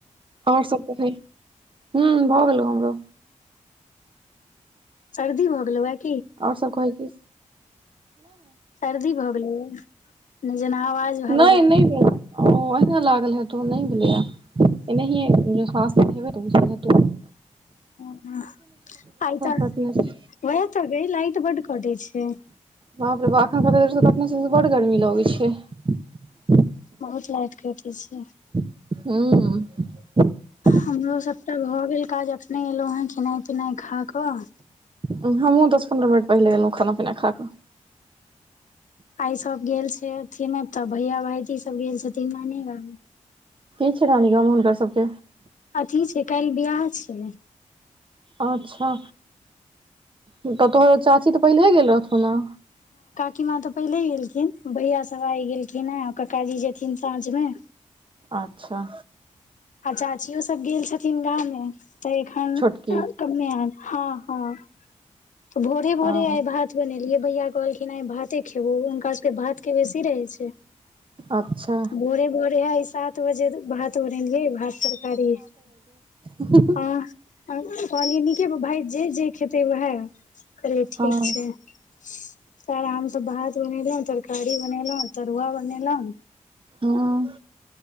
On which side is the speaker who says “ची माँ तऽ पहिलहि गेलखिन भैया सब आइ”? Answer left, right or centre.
Left